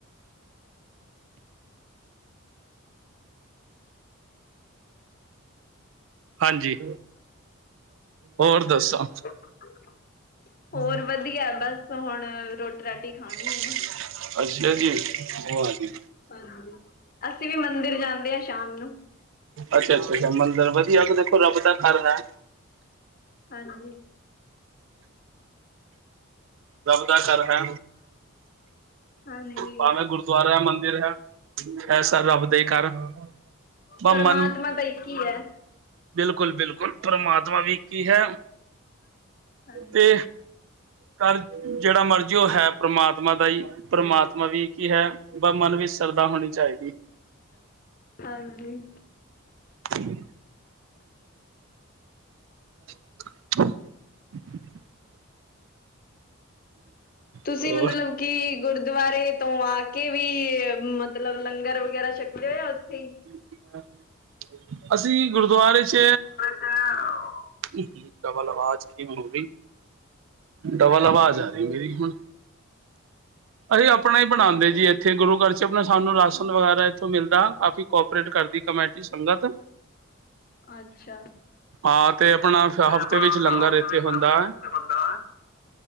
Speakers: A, on the right (about 65°); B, on the left (about 40°).
A: ਹਾਂਜੀ ਹੋਰ ਦੱਸੋ।
B: <unintelligible>
A: <unintelligible>
B: ਵਧੀਆ ਬਸ ਹੁਣ ਰੋਟੀ ਰਾਟੀ ਖਾਣੀ ਹੈ
A: ਅੱਛਾ ਜੀ। ਉਹ ਆ ਗਈ।
B: ਹਾਂਜੀ ਅਸੀਂ ਵੀ ਮੰਦਿਰ ਜਾਂਦੇ ਹਾਂ ਸ਼ਾਮ ਨੂੰ।
A: ਅੱਛਾ ਅੱਛਾ ਅੱਛਾ ਮੰਦਿਰ ਵਧੀਆ ਹੈ। ਇਹ ਤਾਂ ਦੇਖੋ ਰੱਬ ਦਾ ਘਰ ਹੈ।
B: ਹਾਂਜੀ।
A: ਰੱਬ ਦਾ ਘਰ ਹੈ
B: ਹਾਂਜੀ।
A: ਭਾਵੇਂ ਗੁਰ। ਗੁਰਦੁਆਰਾ, ਮੰਦਿਰ ਹੈ। ਇਹ ਸਭ ਰੱਬ ਦੇ ਘਰ। ਆਪਾਂ
B: ਪਰਮਾਤਮਾ
A: ਮਨ।
B: ਤਾਂ ਇੱਕ ਹੀ ਹੈ
A: ਬਿਲਕੁਲ ਬਿਲਕੁਲ ਪਰਮਾਤਮਾ ਵੀ ਇੱਕ ਹੀ ਹੈ
B: ਹਾਂਜੀ
A: ਤੇ। ਘਰ ਜਿਹੜਾ ਮਰਜ਼ੀ ਉਹ ਹੈ। ਪਰਮਾਤਮਾ ਦਾ ਈ। ਪਰਮਾਤਮਾ ਵੀ ਇੱਕ ਹੀ ਹੈ। ਬਸ ਮਨ ਵਿੱਚ ਸ਼ਰਧਾ ਹੋਣੀ ਚਾਹੀਦੀ ਹੈ।
B: ਹਾਂਜੀ।
A: ਹੂੰ। <unintelligible> <unintelligible>
B: ਤੁਸੀਂ
A: ਹੋਰ
B: ਮਤਲਬ ਕਿ ਗੁਰਦੁਆਰੇ ਤੋਂ ਆ ਕੇ ਵੀ। ਮਤਲਬ ਲੰਗਰ ਵਗੈਰਾ ਛਕਦੇ ਹੋ ਜਾ ਉੱਥੇ ਹੀ।
A: <unintelligible> ਅਸੀਂ ਗੁਰਦੁਆਰੇ 'ਚ।
B: ਹਾਂ ਉਹ।
A: ਹੂੰ ਪਹਿਲਾ ਆਵਾਜ਼ ਕਿ ਹੋ ਗਈ। ਡਬਲ ਅਵਾਜ਼ ਆ ਰਹੀ ਮੇਰੀ ਹੁਣ। ਅਸੀਂ ਆਪਣਾ ਹੀ ਬਣਾਉਂਦੇ ਜੀ ਇੱਥੇ ਗੁਰੂ ਘਰ ਆਪ ਸਾਨੂੰ ਰਾਸ਼ਨ ਵਗੈਰਾ ਇੱਥੋਂ ਮਿਲਦਾ, ਕਾਫੀ ਕੋਪਰੇਟ ਕਰਦੀ ਕਮੇਟੀ ਸੰਗਤ।
B: ਅੱਛਾ।
A: ਹਾਂ ਤੇ ਆਪਣਾ
B: ਆਪਣਾ
A: ਹਫ਼ਤੇ ਵਿੱਚ ਲੰਗਰ
B: ਸਾਹਿਬ ਦੇ
A: ਇੱਥੇ
B: ਵਿੱਚ
A: ਹੁੰਦਾ
B: ਲੰਗਰ
A: ਹੈ।
B: ਇੱਥੇ ਹੁੰਦਾ ਹੈ